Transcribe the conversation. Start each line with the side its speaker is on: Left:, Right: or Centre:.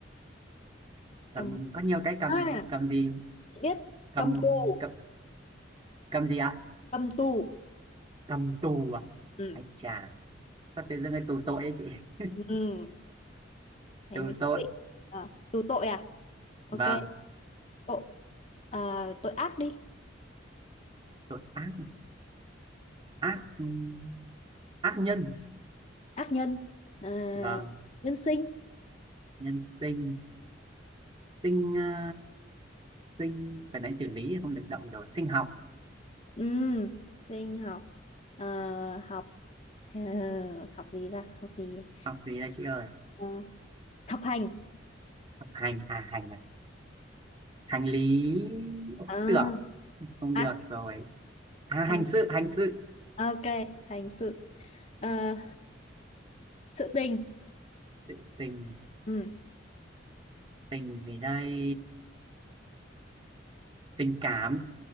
Left: cầm
Right: cầm có nhiều cái cầm
Left: à
Right: mà chị cầm gì
Left: chị biết
Right: cầm
Left: cầm tù
Right: cầm cầm gì ạ
Left: cầm tù
Right: cầm tù à
Left: ừ.
Right: anh chà sao tự dưng cái tù tội ấy chị <laughs>
Left: ừ Thế
Right: tù
Left: mới thú
Right: tội
Left: vị. À, tù tội à? Ok,
Right: vâng
Left: tội à, tội ác đi,
Right: tội ác ác ừm, ác nhân
Left: ác nhân. À,
Right: vâng
Left: nhân sinh.
Right: nhân sinh sinh ờ, sinh phải nói tử lý không được động rồi sinh học
Left: Ừm, sinh học. À, học ờ, học gì ra Học gì?
Right: học gì đây chị ơi
Left: Ờ, học hành.
Right: học hành à hành à hành lý Ủa, không
Left: À,
Right: được không
Left: à,
Right: được rồi à,
Left: hành.
Right: hành sự hành sự
Left: Ok, hành sự. Ờ, sự tình.
Right: Sự- tình
Left: Ừm,
Right: tình gì đây tình cảm